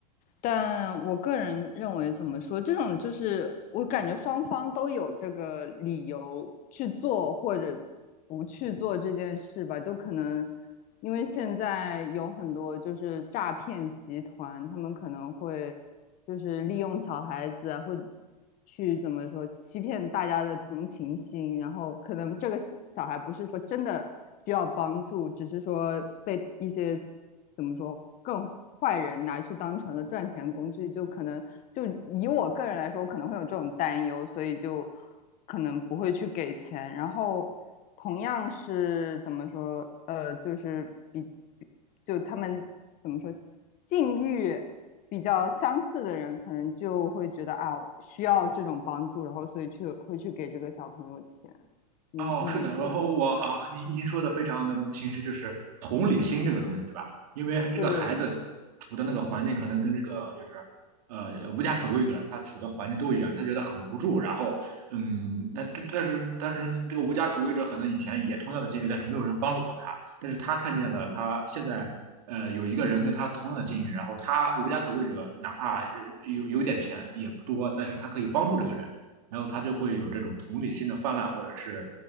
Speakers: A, on the left (about 40°); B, on the right (about 65°).
A: 但我个人认为怎么说，这种就是我感觉双方都有这个理由去做或者不去做这件事吧，就可能因为现在有很多就是诈骗集团，他们可能会。就是利用小孩子啊或去怎么说欺骗大家的同情心，然后可能这个小孩不是说真的需要帮助，只是说被一些怎么说更坏人拿去当成了赚钱工具，就可能就以我个人来说，我可能会有这种担忧，所以就可能不会去给钱，然后。同样是怎么说？呃，就是比就他们怎么说，境遇比较相似的人，可能就会觉得啊，需要这种帮助，然后所以去会去给这个小朋友钱。你你是怎么想？
B: 哦，是的，然后我啊，您您说的非常的清晰，就是同理心这个东西，对吧？因为这个孩子
A: 对，
B: 处的那个环境可能跟这个就是呃无家可归者他处的环境都一样，他觉得很无助。然后嗯，那这但是但是这个无家可归者可能以前也同样的境遇，但是没有人帮助过他，但是他看见了他现在呃有一个人跟他同样的境遇，然后他无家可归者哪怕呃有有点钱也不多，但是他可以帮助这个人。然后他就会有这种同理心的泛滥，或者是